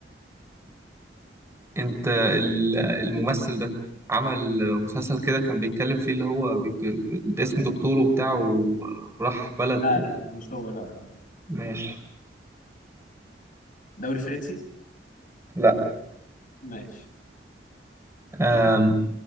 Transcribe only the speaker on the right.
انت ال- الممثل ده عمل مسلسل كده كان بيتكلم فيه اللي هو بيك- باسم دكتور وبتاع و- وراح بلد
ماشي
لا
آم،